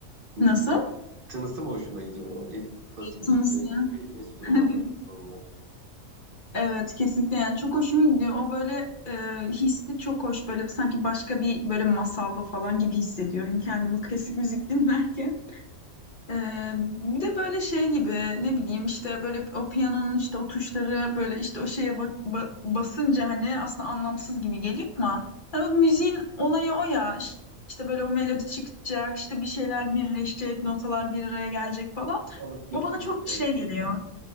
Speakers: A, on the right; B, on the left.
A: <laughs>
B: nasıl?
A: Tınısı mı hoşuna gidiyor o e, klasik müzikteki
B: Tınısı.
A: enstrümanlar
B: <laughs>
A: kullanılan?
B: Evet kesinlikle yani çok hoşuma gidiyor. O böyle e, hissi çok hoş böyle sanki başka bir böyle masalda falan gibi hissediyorum kendimi klasik müzik <laughs> dinlerken. Ee, bir de böyle şey gibi ne bileyim işte böyle o piyanonun işte o tuşları böyle işte o şeye bak- ba- basınca hani aslında anlamsız gibi geliyor ama hani o müziğin olayı o ya İş- işte böyle o melodi çıkacak işte bir şeyler birleşecek notalar bir araya gelecek falan
A: Alıp götürecek.
B: o bana çok şey geliyor.